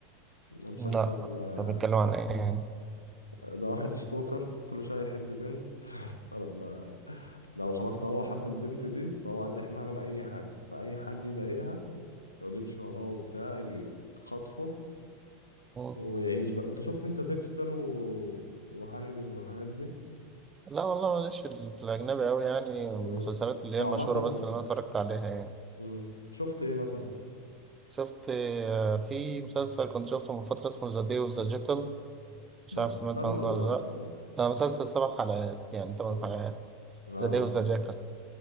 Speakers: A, on the left (about 90°); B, on the right (about 20°).
A: ده مسلسل
B: لا
A: آه،
B: طب بيتكلم عن ايه؟
A: ده واحد ستوكر كل شوية يحب بنت <laughs> فلما لو خلاص لو هو حب البنت دي فهو عايز يحميها من أي حاجة فأي حد يضايقها يقعد يمشي وراه وبتاع يجي خطفه
B: مم.
A: ويعيش بقى انت شفت انت ديكستر و... وهانيبال والحاجات دي
B: لا والله ماليش في, ال- في الأجنبي أوي يعني المسلسلات
A: مم.
B: اللي هي
A: هو
B: المشهورة
A: عامة
B: بس اللي أنا اتفرجت عليها يعني.
A: مم. شفت ايه مثلا
B: شفت آه، في مسلسل كنت شفته من فترة اسمه ذا داي اوف ذا جيكل مش
A: ده
B: عارف
A: مسلسل
B: سمعت
A: مسلسل
B: عنه
A: ولا
B: ولا
A: اسمه
B: لأ
A: ايه
B: ده مسلسل سبع حلقات يعني تمن
A: مم.
B: حلقات
A: لا
B: ذا داي
A: ما
B: اوف ذا جيكل